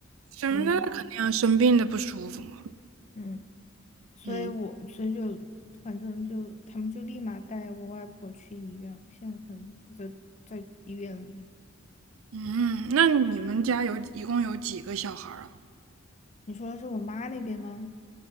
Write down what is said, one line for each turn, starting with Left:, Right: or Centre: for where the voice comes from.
Right: 生的肯定要生病的不舒服嘛。
Left: 嗯。嗯所以我所以就
Right: 嗯
Left: 反正就他们就立马带我外婆去医院，现在可能就在在医院里。
Right: 嗯，那你们家有一共有几个小孩儿啊？
Left: 你说的是我妈那边吗？